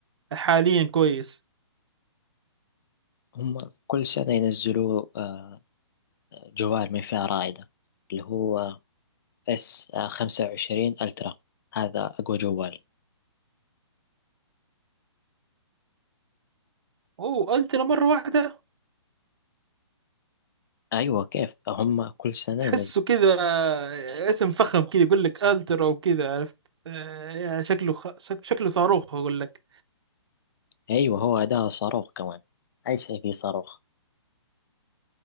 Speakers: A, on the right; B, on the left.
A: حاليا كويس
B: هم كل سنة ينزلوا آه جوال من فئة رائدة اللي هو اس خمسة وعشرين ألترا هذا أقوى جوال
A: اوه الترا مرة واحدة
B: أيوة كيف هم كل سنة
A: تحسه
B: ينزلوا
A: كذا اسم فخم كذا يقول لك الترا وكذا عرفت آه، يا شكله خ... شك- شكله صاروخ اقول لك
B: أيوة هو ده صاروخ كمان أي شيء فيه صاروخ